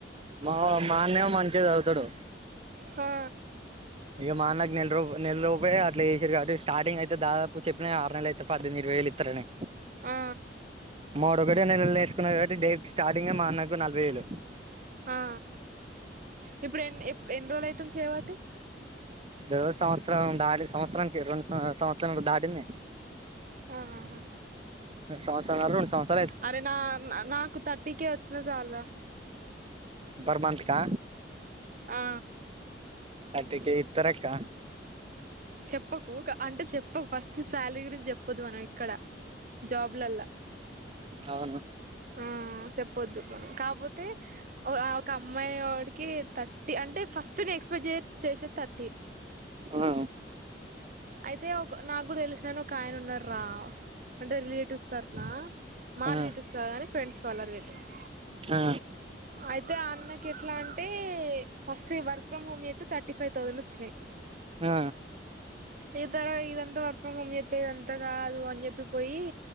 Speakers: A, on the right; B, on the right.
A: మో మా మాన్నెమో మంచిగ చదువుతడు
B: హా
A: ఇగ మా అన్నకి నెల రోప్ నెల లోపే అట్ల చేసిర్రు కాబట్టి స్టార్టింగ్ అయితే దాదాప్ ఇప్పు చెప్పినగా ఆర్ నెలయితే పద్దేమ్ది ఇరవై వేలిత్తరని
B: ఆ
A: మావోడ్ ఒక్కటే నెలనీర్సుకున్నడు కబట్టి డేట్ స్టార్టింగే మా నాన్నకు నలభైవేలు
B: హా ఇప్పుడు ఎన్ ఎప్ ఎన్ని రోజులు అయితుంది చేయబట్టి
A: ఓ సంవత్సరం దాటి సంవత్సరనికి రెండు సంవత్స్ ఆ సంవత్సరం నర దాటింది
B: ఆ హా
A: సంవత్సరం నర రొండు సంవత్స్
B: అరే నా న నాకు థర్టీ కేే ఒచ్చినా సాల్రా
A: పర్ మంత్ కా
B: ఆ
A: థర్టీ కె ఇత్తరక్క
B: చెప్పకు క అంటే చెప్పకు ఫస్ట్ శాలరీ గురించి చెప్పోద్దు మనం ఎక్కడ జాబ్లల్ల
A: అవును
B: ఆ ఆ చెప్పొద్దు మనం కాపోతే ఒ ఆ ఒక అమ్మాయి వోడి కి థర్టీ అంటే ఫస్ట్ నేను ఎక్స్పెక్ట్ జే చేసేది థర్టీ
A: ఆ
B: అయితే ఒక నాగ్గుడ తెలిసినాయన ఒకాయన ఉన్నడ్ రా అంటే రిలేటివ్స్ తరుపున మా
A: ఆ
B: రిలేటివ్స్ గాని ఫ్రెండ్స్ వాళ్ళ రిలేటివ్స్
A: ఆ
B: అయితే ఆ అన్నకెట్లా అంటే ఫస్ట్ ఈ వర్క్ ఫ్రమ్ హోమ్ జేత్తె థర్టీ ఫైవ్ థౌసండ్ ఒచ్చినయ్
A: ఆ
B: ఇ తద ఇదంత వర్క్ ఫ్రమ్ హోమ్ జేత్తే ఇదంతా గాదు అని జెప్పి పోయి